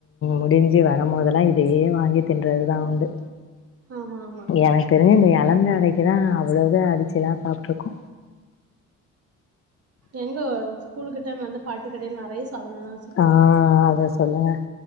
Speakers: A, on the left (about 45°); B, on the right (about 50°).
A: முடிஞ்சு வர போதெல்லா இதயே வாங்கி தின்றது தா உண்டு
B: ஆமா ஆமா
A: எனக்கு தெரிஞ்சு இந்த இலந்த அடைக்குதா அவ்ளேது அடிச்சு எல்லா சாப்ட்டுருக்கோ
B: எங்க ஸ்கூலு கிட்ட வந்து பாட்டி கடைல நெறய சாதனல்லா வெச்சிருப்பாங்க
A: ஆ அத சொல்லுங்க